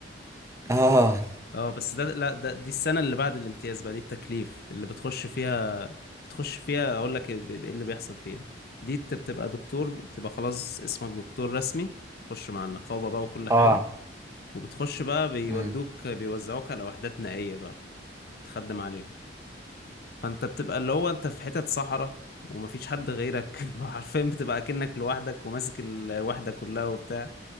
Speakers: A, on the right; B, on the left.
A: اه
B: اه بس ده لا ده دي السنة اللي بعد الامتياز بقى دي التكليف اللي بتخش فيها بتخش فيها اقول لك ايه إيه اللي بيحصل فيها دي بت- بتبقى دكتور بتبقى خلاص اسمك دكتور رسمي تخش مع النقابة بقى وكل حاجة
A: اه
B: وبتخش بقى بيودوك
A: امم
B: بيوزعوك على وحدات نائية بقى تخدم عليهم فانت بتبقى اللي هو انت في حتت صحراء ومفيش حد غيرك <laughs> حرفيا بتبقى كأنك لوحدك وماسك الوحدة كلها وبتاع